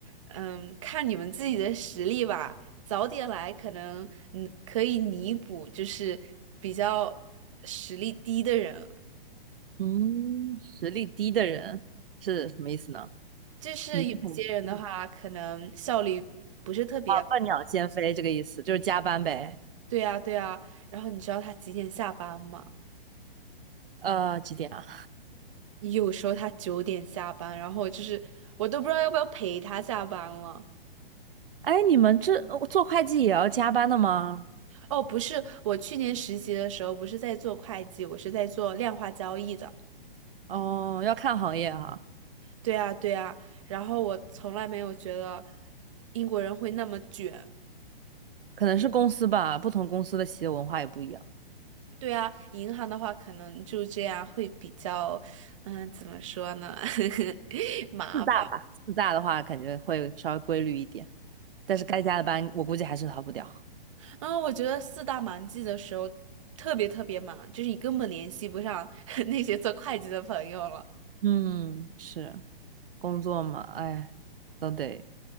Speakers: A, on the right (about 35°); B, on the right (about 65°).
A: 嗯，看你们自己的实力吧，早点来可能嗯可以弥补，就是比较实力低的人，
B: 嗯，实力低的人是什么意思呢？
A: 就是有些人的话，
B: 明桶实力
A: 可能效率不是特别高
B: 啊，笨鸟先飞这个意思，就是加班呗。
A: 对呀，对呀，然后你知道他几点下班吗？
B: 呃，几点啊？
A: 有时候他九点下班，然后就是我都不知道要不要陪他下班了。
B: 哎，你们这呃做会计也要加班的吗？
A: 哦，不是，我去年实习的时候不是在做会计，我是在做量化交易的。
B: 哦，要看行业哈，
A: 对啊，对啊，然后我从来没有觉得英国人会那么卷。
B: 可能是公司吧，不同公司的企业文化也不一样。
A: 对啊，银行的话可能就这样会比较，嗯，怎么说呢，<laughs> 麻烦。
B: 四大吧，四大的话感觉会稍微规律一点，但是该加的班我估计还是逃不掉。
A: 嗯，我觉得四大忙季的时候特别特别忙，就是你根本联系不上 <laughs> 那些做会计的朋友了。
B: 嗯，是工作嘛，哎，都得